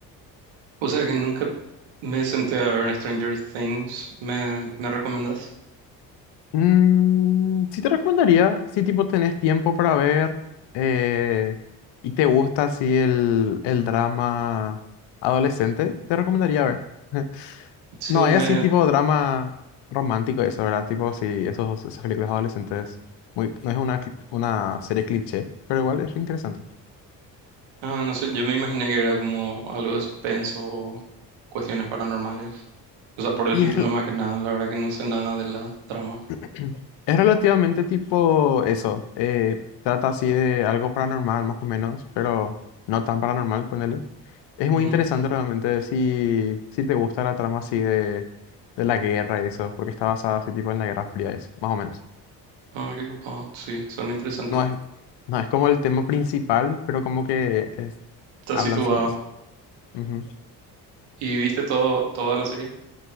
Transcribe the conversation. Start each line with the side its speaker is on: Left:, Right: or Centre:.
Right: O sea, que nunca me senté a ver Stranger Things. ¿Me, me recomendás?
Left: Mm, sí te recomendaría, si tipo tenés tiempo para ver eh, y te gusta así el, el drama adolescente, te recomendaría ver. <laughs>
Right: Sí,
Left: No,
Right: me,
Left: es así tipo drama romántico eso, ¿verdad? Tipo, sí, esos, esas películas adolescentes, muy, no es una, cli- una serie cliché, pero igual es interesante.
Right: ah, no sé, yo me imaginé que era como algo de suspenso o cuestiones paranormales. O sea, por el
Left: Y
Right: título
Left: es, rel-
Right: más que nada, la verdad que no sé nada de la trama.
Left: <clears throat> es relativamente tipo eso, eh, trata así de algo paranormal más o menos, pero no tan paranormal, ponele. Es muy
Right: Mm.
Left: interesante realmente si, si te gusta la trama así de, de la guerra y eso, porque está basada así tipo en la Guerra Fría, eso, más o menos.
Right: Ah, qué ocupado. Sí, suena interesante.
Left: No es, no es como el tema principal, pero como que es-
Right: Estás
Left: hablan
Right: situado.
Left: sobre eso. Ujú.
Right: ¿Y viste todo, toda la serie?